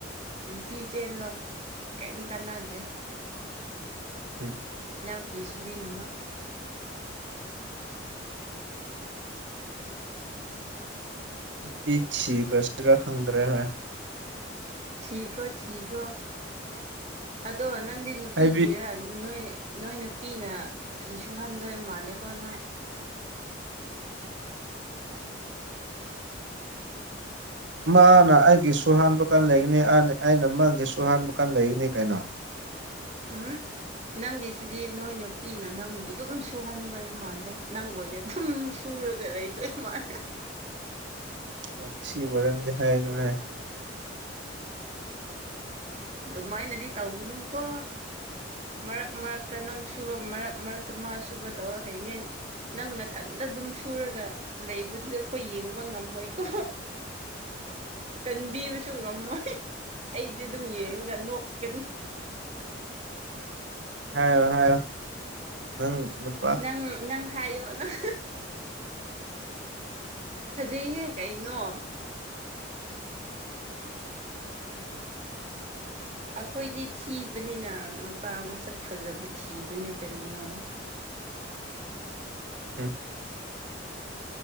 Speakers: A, on the right; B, on the right.
A: ꯅꯨꯄꯤ ꯆꯦꯜꯂꯣ ꯀꯦꯝ ꯀꯥꯟꯅꯗ꯭ꯔꯦ
B: ꯎꯝ
A: ꯅꯪ ꯐꯤꯁꯨꯨꯕꯤꯅꯥꯕ
B: ꯄꯤ ꯊꯈ꯭ꯔꯁꯤꯔꯥ ꯈꯪꯗ꯭ꯔꯦ ꯍꯥꯏ
A: ꯊꯤꯈ꯭ꯔꯣ ꯊꯤꯈ꯭ꯔꯣ ꯑꯗꯣ ꯅꯪꯗꯤ ꯅꯨꯄꯤ
B: ꯍꯥꯏꯗꯤ
A: ꯊꯤꯔ ꯅꯣꯏ ꯅꯣꯏ ꯅꯨꯄꯤꯅ ꯐꯤ ꯁꯨꯍꯟꯗꯣꯏ ꯃꯥꯜꯂꯦꯀꯣ ꯅꯪ <unintelligible>
B: ꯃꯥꯅ ꯑꯩꯒꯤ ꯁꯨꯍꯥꯟꯕ ꯀꯥꯟ ꯂꯩꯒꯅꯤ ꯑꯅ ꯑꯩꯅ ꯃꯥꯒꯤ ꯁꯨꯍꯥꯟꯕ ꯀꯥꯟ ꯂꯩꯒꯅꯤ ꯀꯩꯅꯣ
A: ꯍꯨꯝ ꯅꯪꯒꯤꯁꯤꯗꯤ ꯅꯣꯏ ꯅꯨꯄꯤꯅ ꯅꯪꯕꯨ ꯑꯗꯨꯝ ꯁꯨꯍꯟꯗꯣꯏ ꯃꯥꯜꯂꯦ ꯅꯪ ꯑꯣꯏꯅ ꯑꯗꯨꯝ ꯁꯨꯔꯒ ꯂꯩꯗꯣꯏ ꯃꯥꯂꯦ
B: ꯋꯥꯊꯤ ꯋꯥꯔꯦꯝꯗꯤ ꯍꯥꯏꯒꯅꯨꯍꯦ
A: ꯑꯗꯨꯃꯥꯏꯅꯗꯤ ꯇꯧꯒꯅꯨꯀꯣ ꯃꯔꯛ ꯃꯔꯛꯇ ꯅꯪ ꯁꯨꯕ ꯃꯔꯛ ꯃꯔꯛꯇ ꯃꯥ ꯁꯨꯕ ꯇꯧꯔ ꯍꯩꯉꯩ ꯅꯪ ꯅꯊꯟꯗ ꯑꯗꯨꯝ ꯁꯨꯔꯒ ꯂꯩꯕꯗꯨꯗ ꯑꯈꯣꯏ ꯌꯦꯡꯕ ꯉꯝꯃꯣꯏꯀꯣ ꯀꯟꯕꯤꯕꯁꯨ ꯉꯝꯃꯣꯏ ꯑꯩꯗꯤ ꯑꯗꯨꯝ ꯌꯦꯡꯉꯒ ꯅꯣꯛꯀꯅꯤ
B: ꯍꯥꯏꯔꯣ ꯍꯥꯏꯔꯣ ꯅꯪ ꯅꯨꯞ
A: ꯅꯪ ꯅꯪ ꯍꯥꯏꯌꯣ ꯅꯪ ꯐꯖꯩꯍꯦ ꯀꯩꯅꯣ ꯑꯈꯣꯏꯗꯤ ꯊꯤꯕꯅꯤꯅ ꯅꯨꯄꯥ ꯃꯁꯛ ꯐꯖꯕ ꯊꯤꯕꯅꯦ ꯀꯔꯤꯅꯣ
B: ꯎꯝ